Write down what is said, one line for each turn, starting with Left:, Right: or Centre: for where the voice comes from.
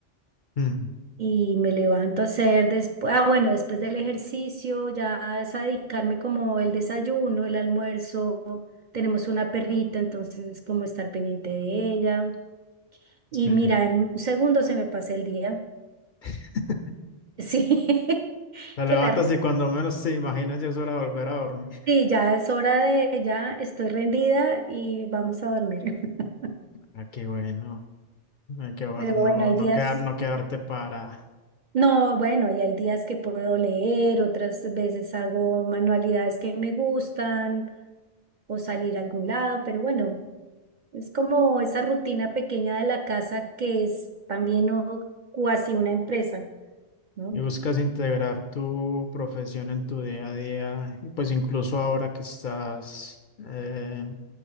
Left: Mm,
Right: y me levanto a hacer después, ah, bueno, después del ejercicio, ya es a dedicarme como el desayuno, el almuerzo. Tenemos una perrita, entonces es como estar pendiente de ella. Y
Left: sí.
Right: mira, en un segundo se me pasa el día. <laughs>
Left: <laughs>
Right: Sí,
Left: Te
Right: que
Left: levantas
Right: la ropa.
Left: y cuando menos te imaginas ya es hora de volver a dormir. <laughs>
Right: Sí, ya es hora de, ya estoy rendida y vamos a dormir. <laughs>
Left: Ah, qué bueno. Ah, qué bueno
Right: Pero
Left: no,
Right: bueno, hay
Left: no,
Right: días,
Left: quedar, no quedarte para...
Right: no, bueno, y hay días que puedo leer, otras veces hago manualidades que me gustan. o salir a algún lado, pero bueno, es como esa rutina pequeña de la casa que es también o- cuasi una empresa, ¿no?
Left: Y buscas integrar tu profesión en tu día a día, y pues incluso ahora que estás eh,